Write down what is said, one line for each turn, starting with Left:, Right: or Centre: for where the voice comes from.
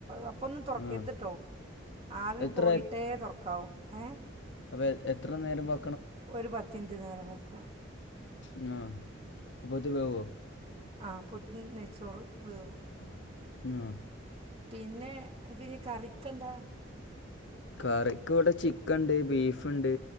Right: അപ്പോ ഒന്നും തുറക്കരുതുട്ടോ
Left: ആ
Right: ആവി
Left: എത്ര
Right: പോയിട്ടേ തുറക്കാവൂ ഏഹ്
Left: അപ്പൊ എ എത്ര നേരം വെ
Right: ഒരു പത്ത് മിനിറ്റ് നേരം വയ്ക്കുക.
Left: ആഹാ അപ്പോത് വേവുവോ?
Right: ആ അപ്പോത്തിന് നെയ്ച്ചോറ് വേവും.
Left: <unintelligible>
Right: പിന്നെ പിന്നെ കറിക്കെന്താ?
Left: കറിക്ക് ഇവിടെ ചിക്കൻ ഉണ്ട് ബീഫുണ്ട്